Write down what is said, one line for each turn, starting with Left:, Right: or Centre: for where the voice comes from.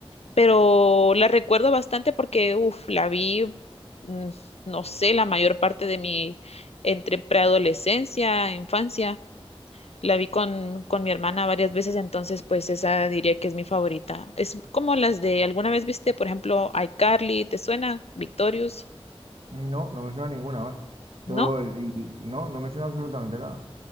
Left: pero la recuerdo bastante porque, uff, la vi, mm, no sé, la mayor parte de mi, entre preadolescencia, infancia, la vi con, con mi hermana varias veces, entonces pues esa diría que es mi favorita. Es como las de, ¿alguna vez viste, por ejemplo, iCarly, ¿te suena? Victorious,
Right: No, no me suena ninguna, macho.
Left: ¿no?
Right: Yo, y, y- no, no me suena absolutamente nada